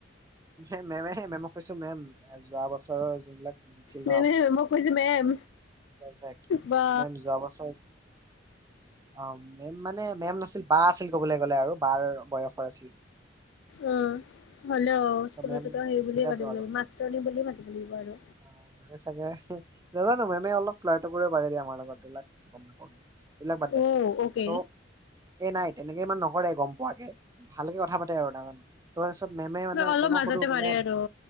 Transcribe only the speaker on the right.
হে মেমে হে মেমক কৈছো মেম যোৱা বছৰৰ যোনবিলাক। আছিল
ন আপুনি
পজেট
মেম যোৱা বছৰ অ মেম মানে মেম নাছিল বা আছিল। ক'বলৈ গ'লে আৰু বাৰ বয়সৰ আছিল।
ত মেম
তেতিয়াতো
আৰু
অ', মেমে চাগে নাজানো মেমে অলপ ফ্লাইটো কৰিব পাৰে দিয়ে আমাৰ লগত এইবিলাক গম। এইবিলাক বাদদে
টপ এই নাইট। তেনেকে ইমান নকৰে গম পোৱাকে ভালকে কথা পাতে আৰু নাজানো তাচপাত। মেমে মানে।
মেমক
সুধো কিনে